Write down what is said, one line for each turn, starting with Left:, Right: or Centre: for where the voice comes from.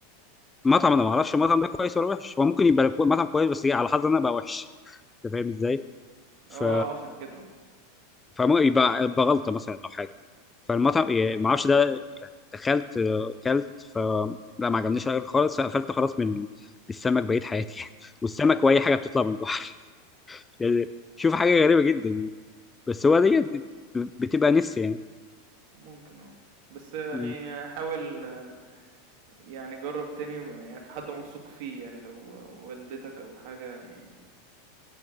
Left: مطعم انا ما اعرفش المطعم ده كويس ولا وحش هو ممكن يبقى كو- مطعم كويس بس إيه، على حظي انا بقى وحش انت فاهم ازاي ف
Right: آه، عشان كده آه،
Left: فممكن يبقى بغلطه مثلا او حاجه فالمطعم يعني ما اعرفش ده دخلت آه، كلت ف لا ما عجبنيش الأكل خالص فقفلت خلاص من السمك بقيت حياتي <laughs> والسمك واي حاجه بتطلع من البحر يعني شوف حاجه غريبه جدا بس هو ديت بتبقى نفسي يعني
Right: ممكن آه، بس يعني
Left: مم.
Right: حاول آه، يعني جرّب تاني يعني في حد موثوق فيه يعني لو والدتك أو حاجة يعني